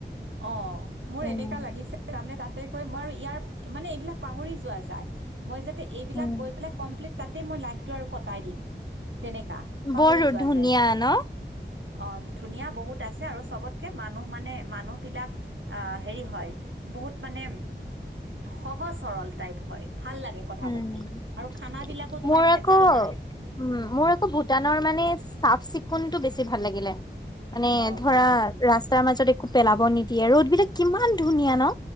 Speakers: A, on the right; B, on the left.
A: অ মোৰ
B: উম
A: এনেুৱ লাগি তাৰে ত তাতেগৈ মই ইয়াৰ মানে এইবিলাক পাহৰি োৱা যায় মই যাতে এইবিলাক
B: উম
A: গৈ পেলাই কমপ্লিট তাতে মই লাইফটো আৰু কটাই দিম তেনেকা পাহৰি
B: বৰো
A: যোৱা
B: ধুনীয়া
A: যায়
B: ন
A: অ ধুনীয়া বহুত আছে আৰু চবতকে মানুহ মানে মানুহবিলাক আহ হেৰি হয় বহুত মানে সহজ সৰল টাইপ হয় ভাল লাগে কথা
B: উম
A: পাতি আৰু খানাবিলাকো তোমাৰ
B: মোৰ
A: ভেজাল
B: আকৌ উ
A: নাই
B: মোৰ আকৌ ভূটানৰ মানে চাফ চিকুণ টো বেছি ভাল লাগিলে মানে
A: অ'
B: ধৰা
A: অ'
B: ৰাস্তাৰ মাজত একো পেলাব নিদিয়ে ৰোদ বিলাক কিমান ধুনীয়া ন